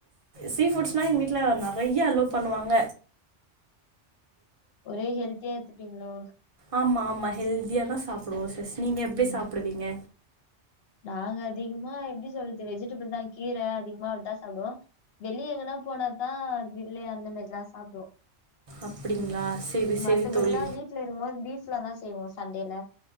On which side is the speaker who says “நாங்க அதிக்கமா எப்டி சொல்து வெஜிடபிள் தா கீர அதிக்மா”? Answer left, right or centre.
Left